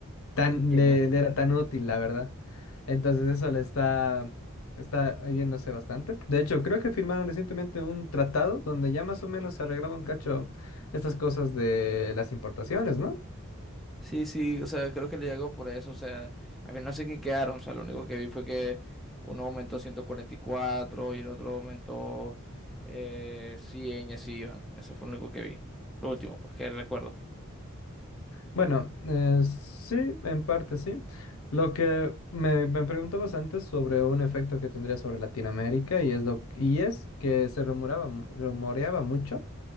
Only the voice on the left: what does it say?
tan,
le, le era tan útil, la verdad. Entonces eso le está, está yéndose bastante. De hecho, creo que firmaron recientemente un tratado donde ya más o menos se arreglaba un cacho estas cosas de las importaciones, ¿no?
Bueno, eh, sí, en parte sí. Lo que me, me preguntabas antes sobre un efecto que tendría sobre Latinoamérica y es, lo, y es que se rumoraba, mu- rumoreaba mucho